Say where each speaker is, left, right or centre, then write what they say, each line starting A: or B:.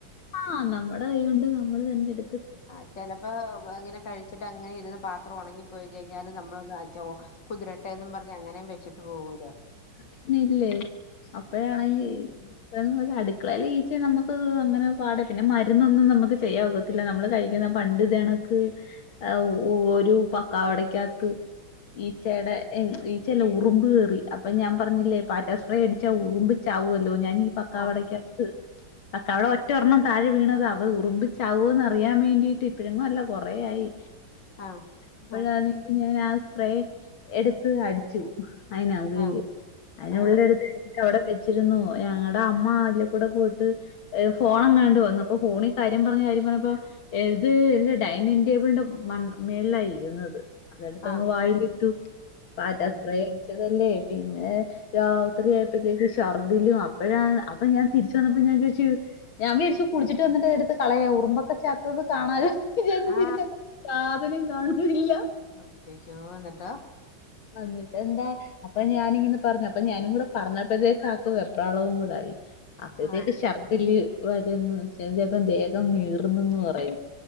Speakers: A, on the left (about 85°); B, on the left (about 60°).
A: ആഹ് നമ്മടെ കൈ കൊണ്ട് നമ്മള് തന്നെ എടു
B: ആഹ് ചെലപ്പോ പ ഇങ്ങനെ കഴിച്ചിട്ടങ്ങനെ ഇരുന്ന് പാത്രം ഉണങ്ങിപ്പോയി കഴിഞ്ഞാലും നമ്മളൊന്ന് അജ്ജ കുതിരട്ടേന്നും പറഞ്ഞങ്ങനേം വെച്ചിട്ട് പോകൂലെ.
A: പിന്നെ ഇല്ലേ അപ്പഴാണെങ്കി. <unintelligible> അടുക്കളേല് ഈച്ച നമുക്ക് അങ്ങനെ പാട പിന്നെ മരുന്നൊന്നും നമുക്ക് ചെയ്യാവ ത്തില്ല നമ്മള് കഴിക്കുന്ന പണ്ട് ഇതേ കണക്ക് എ ഒ ഒരു പക്കവടക്ക്യകത്ത്. ഈച്ചേടെ എ ഈച്ചല്ല ഉറുമ്പ് കേറി അപ്പൊ ഞാൻ. പറഞ്ഞില്ലേ പാറ്റ സ്പ്രേ അടിച്ചാ ഉറുമ്പ് ചാവ്വല്ലോ ഞാൻ ഈ പക്കാവടക്ക്യകത്ത്.
B: ആ
A: പക്കാവട ഒറ്റ ഒരണ്ണം താഴെ വീണത അത് ഉറുമ്പിച്ചാവോന്ന് അറിയാൻ വേണ്ടീട്ട് ഇപ്പഴെങ്ങും അല്ല കൊറേ ആയി.
B: ആ
A: ഇപ്പഴാന്നെങ്കി
B: ആ
A: ഞാൻ ആ സ്പ്രേ എടുത്ത് അടിച്ചു. അയ്ന ഉള്ളില്
B: ആ
A: അതിനെ
B: ആ
A: ഉള്ളടുത്തടിച്ചിട്ട് അവിടെ വെച്ചിരുന്നു ഞങ്ങടെ അമ്മ അതികൂടെ പോയിട്ട് ഏഹ് ഫോണങ്ങാണ്ട് വന്നപ്പൊ ഫോണി കാര്യം പർഞ്ഞ് കാര്യം പർഞ്ഞപ്പോ ഏത് ഇല്ല ഡൈനിങ് ടേബിൾന്റെ മൺ മേൾലാ ഇര്ന്നത്. അതട്ത്തങ്ങ്
B: ആ ആ
A: വായിലിട്ടു പാറ്റാ
B: അം-
A: സ്പ്രേ അടിച്ചതല്ലേ പിന്നെ രാത്രിയായപ്പോഴത്തേക്ക് ഛർദ്ദിലും അപ്പോഴാണ് അപ്പൊ ഞാൻ തിരിച്ച വന്നപ്പോ ഞാൻ ചോയ്ച്ചു? ഞാൻ വിരിചു കുടിച്ചിട്ടന്നിടു കളയാ ഉറുമ്പോക്കെ ച <unintelligible> കാണാലോ വിചാര്ച്ച്
B: ആ
A: തിരിച്ച വന്നപ്പോ സാധനം കാണനില്ല.
B: അയ്യയ്യോ ഇങ്ങട്ടോ?
A: അന്നിട്ട് എന്താ അപ്പൊ ഞാനിങ്ങനെ പർഞ്ഞു അപ്പൊ ഞാനും കൂടെ പറഞ്ഞപ്പോഴത്തേക്ക് ഒക്കെ വെപ്രാളവും കൂടയി അപ്പഴത്തേക്ക്
B: ആ
A: ശർദില് വരന്ന് ദേഹം നീർന്നന്ന് പറയും